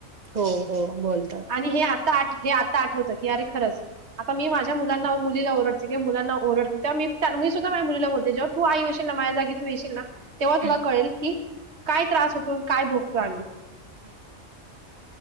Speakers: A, on the right; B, on the right.
A: हो हो बोलतात
B: आणि हे आता आठ हे आत्ता आठवत अरे खरंच आता मी माझ्या मुलांना मुलीला ओरडते किं मुलांना ओरडतो तेव्हा मी सुद्धा माझ्या मुलीला बोलतीया जेव्हा तू आई होशील ना माझ्या जागी तू येशील ना तेव्हा तुला
A: हं.
B: कळेल कि काय त्रास होतो काय भोगतो आम्ही
A: <inaudible>